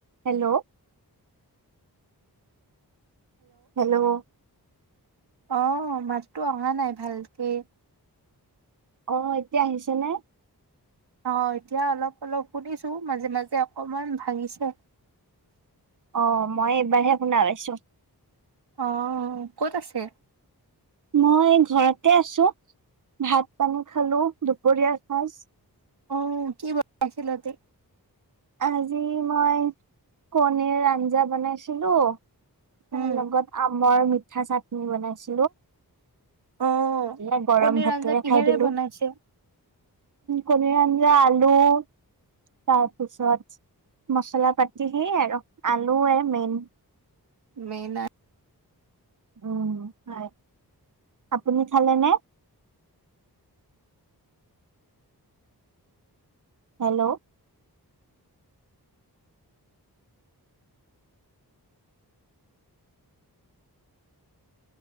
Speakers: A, on the right; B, on the right.
A: হেল্ল'? হেল্ল'?
B: অ' মাততো অহা নাই, ভালকে!
A: অ' এতিয়া আহিছে নে?
B: অ এতিয়া অলপ অলপ শুনিছো, মাজে মাজে অকমান ভাঙিছে।
A: অ' মই এইবাৰহে শুনা পাইছো।
B: অ' ক'ত আছে?
A: মই ঘৰতে আছো। ভাত পানী খালো, দুপৰীয়াৰ সাজ।
B: অ' কি বনাইছিল আজি?
A: আজি মই কণীৰ আঞ্জা বনাইছো। ছিলো তাৰ
B: উম
A: লগত আমৰ ম ঠিচা ফুল বনাইছো।
B: অঁ
A: এ গৰম
B: কণীৰ
A: ভাতেৰে
B: আঞ্জা কিহেৰে
A: খাই দিলো
B: বনাইছে?
A: কণীৰ আঞ্জা, আলু তাৰপৰা তাৰ পিছত মচলা পাতি সেই আৰু, আলুয়ে মেইন।
B: মেন আ
A: উ হয়, আপুনি খালে নে? হেল্ল'?